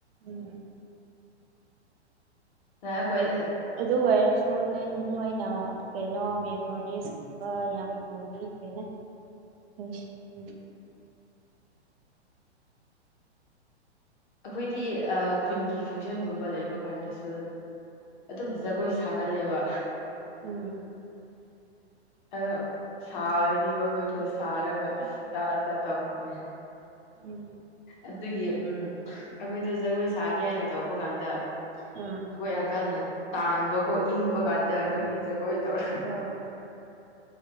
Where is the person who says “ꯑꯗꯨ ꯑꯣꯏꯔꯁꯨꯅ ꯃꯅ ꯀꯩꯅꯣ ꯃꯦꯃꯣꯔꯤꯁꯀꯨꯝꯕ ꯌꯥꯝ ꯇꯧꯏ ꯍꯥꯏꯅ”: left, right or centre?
Right